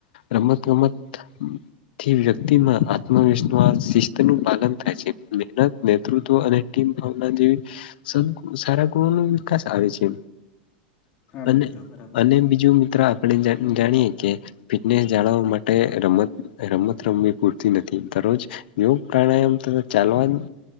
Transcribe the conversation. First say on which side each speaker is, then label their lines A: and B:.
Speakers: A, on the left (about 70°); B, on the left (about 30°).
A: રમત ગમત થી વ્યક્તિમાં આત્મવિશ્વાસ તેનું પાલન થાય છે મહેનત, નેતૃત્વ અને ટીમ ભાવના જેવી સંન સારા ગૃહો નો વિકાસ આવે છે.
B: હા
A: અને
B: મિત્રો બરાબર
A: અને બીજું મિત્ર આપણે જાણ જાણીએે કે ફિટનેસ જાળવવા માટે રમત રમત રમવી પૂરતી નથી દરો જ યોગ પ્રાણાયામ તથા ચાલવાની